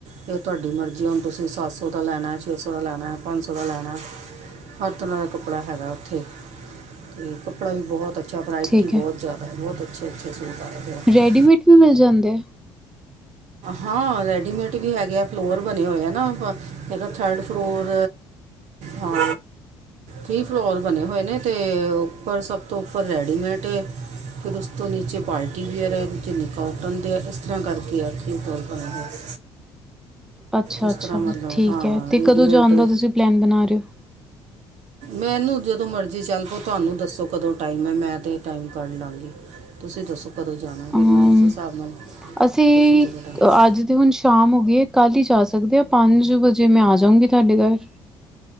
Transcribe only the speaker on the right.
ਫੇਰ ਤੁਹਾਡੀ ਮਰਜ਼ੀ ਹੁਣ ਤੁਸੀਂ ਸੱਤ ਸੌ ਦਾ ਲੈਣਾ ਛੇ ਸੌ ਦਾ ਲੈਣਾ ਪੰਜ ਸੌ ਦਾ ਲੈਣਾ। ਹਰ ਤਰ੍ਹਾਂ ਦਾ ਕੱਪੜਾ ਹੈਗਾ ਉੱਥੇ। ਤੇ ਕੱਪੜਾ ਵੀ ਬਹੁਤ ਅੱਛਾ ਵਰਾਇਟੀ
ਬਹੁਤ
ਜ਼ਿਆਦਾ ਬਹੁਤ ਅੱਛੇ ਅੱਛ ਸੂਟ ਆ ਰਹੇ। ਆ
ਹਾਂ, ਰੈਡੀਮੇਟ ਵੀ ਹੈਗੇ ਆ ਫਲੋਰ ਬਣੇ ਹੋਏ ਆ ਨਾ। ਹੈਗਾ ਥਰਡ ਫਲੋਰ ਹਾਂ ਥੀ ਫਲੋਰ ਬਣੇ ਹੋਏ ਨੇ। ਤੇ ਉੱਪਰ ਸਭ ਤੋਂ ਉੱਪਰ ਰੈਡੀਮੇਟ ਏ। ਫਿਰ ਉਸ ਤੋਂ ਨੀਚੇ ਪਾਰਟੀ ਵੀਅਰ ਨੀਚੇ ਕੋਟਨ ਦੇ ਐ ਇਸ ਤਰ੍ਹਾਂ ਕਰਕੇ ਆ ਥਰੀ ਟੋਲ ਬਣੇ ਹੋਏ। <inaudible>
ਇਸ
ਤਰ੍ਹਾਂ ਮਤਲਬ
ਹਾਂ
ਰੈਡੀਮੇਡ
ਮੈਨੂੰ ਜਦੋਂ ਮਰਜ਼ੀ ਜੀ ਚੱਲ ਪੋ ਤੁਹਾਨੂੰ ਦੱਸੋ ਕਦੋਂ ਟਾਈਮ ਐ ਮੈਂ ਤਾਂ ਟਾਈਮ ਕੱਢ ਲਵਾਂਗੀ ਤੁਸੀਂ ਦੱਸੋ। ਕਦੋਂ ਜਾਣਾ ਫਿਰ
ਮੈਂ ਉਸ ਹਿਸਾਬ ਨਾਲ
ਤੁਸੀਂ ਜਦੋਂ ਟਾਈਮ